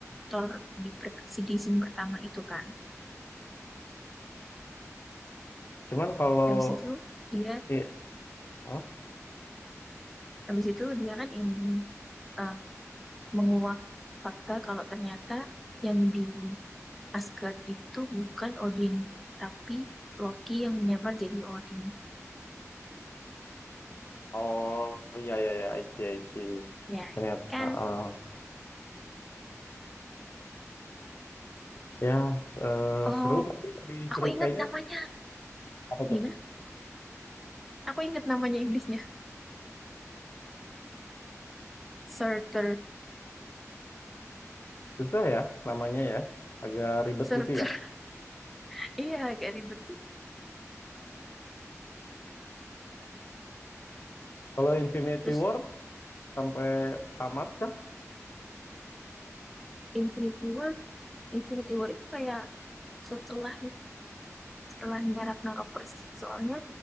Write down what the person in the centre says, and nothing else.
Thor di, per- si di scene pertama itu kan
habis itu dia
habis itu dia kan ini eh, menguak fakta kalau ternyata yang di Asgard itu bukan Odin tapi Loki yang menyamar jadi Odin
ya
kan
oh
aku
ingat
namanya
gimana aku ingat namanya iblisnya Surtur
Surtur
<laughs> iya agak ribet
terus
Infinity War Infinity War itu kayak setelah setelahnya Ragnarok persis. Soalnya